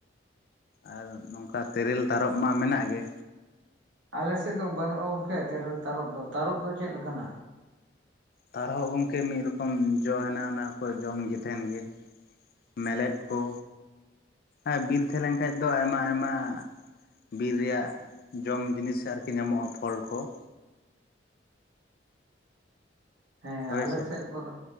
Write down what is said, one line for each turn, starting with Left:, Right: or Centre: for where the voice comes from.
Left: ᱟᱨ ᱱᱚᱝᱠᱟ ᱛᱮᱨᱮᱞ ᱛᱟᱨᱚᱵ ᱢᱟ ᱢᱮᱱᱟᱜ ᱜᱮ᱾
Right: ᱟᱞᱮ ᱥᱮᱫ ᱫᱚ ᱵᱟᱹᱱᱩᱜᱼᱟ ᱜᱚᱝᱠᱮ, ᱛᱮᱨᱮᱞ ᱛᱟᱨᱚᱯ ᱫᱚ᱾ ᱛᱟᱨᱚᱯ ᱫᱚ ᱪᱮᱫ ᱞᱮᱠᱟᱱᱟ?
Left: ᱛᱟᱨᱚᱫ ᱜᱚᱝᱠᱮ, ᱢᱤᱫ ᱨᱚᱠᱚᱢ ᱡᱚ ᱦᱮᱱᱟᱜ ᱚᱱᱟ ᱠᱚ ᱡᱚᱢ ᱜᱮ ᱛᱟᱦᱮᱱ ᱜᱮ᱾ ᱢᱮᱞᱮᱫ ᱠᱚ ᱮᱸᱵᱤᱨ ᱛᱟᱦᱮᱸ ᱞᱮᱱ ᱠᱷᱟᱡ ᱫᱚ ᱟᱭᱢᱟ ᱟᱭᱢᱟ ᱵᱤᱨ ᱨᱮᱭᱟᱜ ᱡᱚᱢ ᱡᱤᱱᱤᱥ ᱟᱨᱠᱤ ᱧᱟᱢᱚᱜᱼᱟ ᱯᱷᱚᱞ ᱠᱚ᱾
Right: ᱦᱮᱸ
Left: ᱦᱳᱭ
Right: ᱟᱞᱮ
Left: ᱥᱮ
Right: ᱥᱮᱫ ᱠᱚᱫᱚ